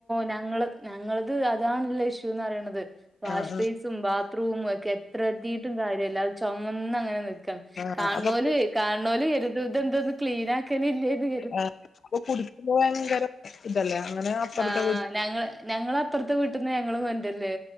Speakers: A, on the right; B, on the left.
A: ഞങ്ങള ഞങ്ങളത് അതാണല്ല ഇഷ്യൂന്ന് പറയണത് വാഷ്ബേയ്സി
B: ആഹ്
A: <unintelligible> ബാത്റൂമും ഒക്കെ എത്ര കഴിട്ടും കാര്യല്ല അത് ചൊമന്നു അങ്ങനെ നിൽക്കണ്
B: ആഹ്
A: കാണുന്നവര്
B: ആഹ് അപ്പൊ
A: കാണുന്നവര് കരുതൂംഇത് എന്തൊന്നും ക്ലീൻ ആക്കലില്ലേന്ന്
B: ആഹ് അപ്പൊ കുടിക്കുപേ ഭയങ്കര ഇതല്ലേ അങ്ങനെ അപ്പുറത്തെ
A: ആ
B: വീട്ടി
A: ഞങ്ങള് ഞങ്ങള അപ്പുറത്ത് വീട്ടിന്ന് ഞങ്ങളും കൊണ്ടല്